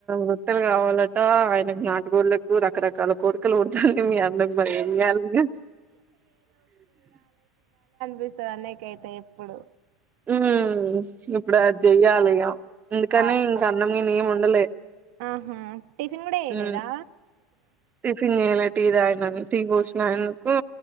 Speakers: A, on the right; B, on the right.
A: బట్టలు కావాలట ఆయనకు నాటుగోళ్లకు రకరకాల కోరికలు కొరతాళ్ళు మీ అన్నకి బలే ఇయ్యాలిగా
B: విస్తా అన్నయ్యకయితే రే పుడు
A: ఉహ్మ్ ఇప్పుడు అది చెయ్యాలిగా అందుకని
B: ఆ
A: ఇంక అన్నం ఏం వండలే
B: ఆహా టిఫిన్ కూడా వేయలేదా
A: హ్మ్ టిఫిన్ చేయలే టీ తాగిన టీ కోసిన ఆయనకు